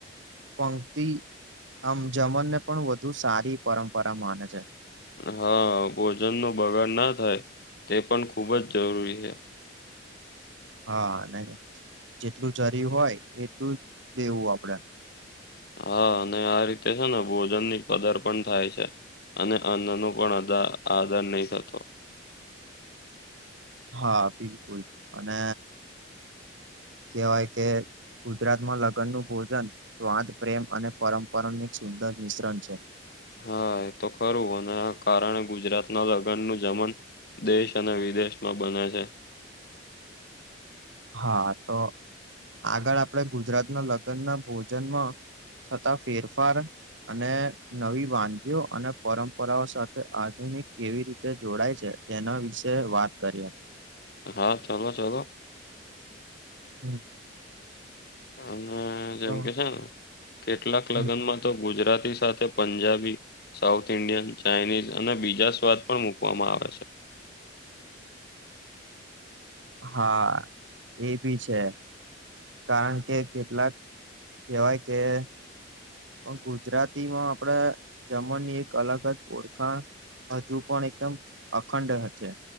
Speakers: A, on the right; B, on the left.
A: પંક્તિ આમ જમનને પણ વધુ સારી પરંપરા માને છે.
B: હા ભોજનનો બગાડ ના થાય, તે પણ ખૂબ જ જરૂરી છે.
A: હા, અને જેટલું જરી હોય એટલું જ લેવું આપડે.
B: હા, અને આ રીતે છે ને ભોજન ની કદર પણ થાય છે. અને અન્નનો પણ અદા આદાર નહી થતો.
A: હા, બિલકુલ. અને કહેવાય કે ગુજરાતમાં લગ્ન નું ભોજન સ્વાદ, પ્રેમ અને પરંપરાનું એક સુંદર મિશ્રણ છે.
B: હા એ તો ખરું, અને આ કારણે ગુજરાત ના લગ્નનું જમન દેશ અને વિદેશમાં બને છે.
A: હા, તો આગળ આપણે ગુજરાતના લગ્ન ના ભોજનમાં થતા ફેરફાર અને નવી વાનગીઓ અને પરંપરાઓ સાથે આધુનિક કેવી રીતે જોડાય છે? તેના વિશે વાત કરીએ.
B: હા, ચાલો ચાલો.
A: હમ.
B: અને જેમ
A: તો
B: કે છે ને કેટલાક
A: હમ,
B: લગનમાં, તો ગુજરાતી સાથે પંજાબી, સાઉથ ઇન્ડિયન, ચાઇનીઝ અને બીજા સ્વાદ પણ મૂકવામાં આવે છે,
A: હા એ બી છે., કારણ કે કેટલાક કહેવાય કે- પણ ગુજરાતીમાં આપણેે જમવાની એક અલગ જ ઓળખાણ, હજુ પણ એકદમ અખંડ જ છે,